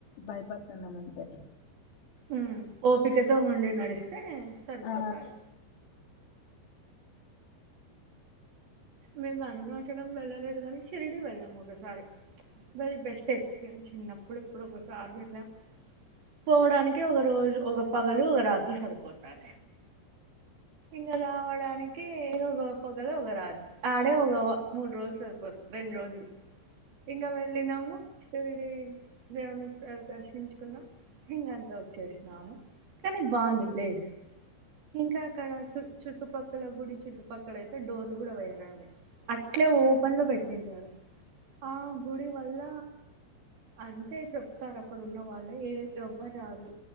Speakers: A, on the left; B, on the right.
A: భయపడుతున్నాం అంటే
B: ఉ ఓపికతో ఉండి నడి సే సరిపోతారు
A: ఆ
B: మేము అనునాచన వెళ్ళలేదు కాని రిడి వెళ్ళం ఒకసారి బర బెస్ట్ చిన్నప్పు ఎప్పుడు ఎప్పుడ కొస ఆర్మ ఇలా పోవడానికి ఒక రోజు ఒక పగలు ఒక రాత్రి సరిపో పోతద ఇంద రావడా అనికినికి హ పోదురా అ ఆడే హగవ మూడు రోజు సరిపోతుదు రెండు రోజులు ఇగ వెళ్ళి నవవు శరీరి దేవుని దర్శించు ఇతా వచ్చేస్త కానీ బాగుంది ప్లేస్ ఇంకా అక్కడ చ చుట్ట చుట్టుక్కల గుడి చుట్టుపక్కల అయితే డోర్లు కూడా వయ్య డి అట్లే ఓపెన్ లో పెట్టింటారు ఆ గుడి వల్ల అంటే చెప్తారు అక్కడ ఉన్న వాళ్ళు ఏ ఎవ్వరు రాదు